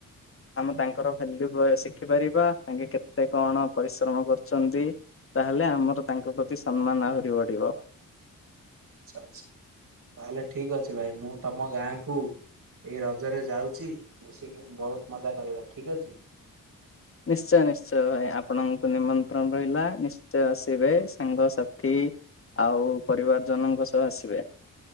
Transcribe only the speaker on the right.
ଆଚ୍ଛା ଆଚ୍ଛା ତାହେଲେ ଠିକ ଅଛି ଭାଇ ମୁଁ ତମ ଗାଁକୁ ଏଇ ରଜରେ ଯାଉଛି ମିଶିକି ବହୁତ ମଜା କରିବା ଠିକ୍ ଅଛି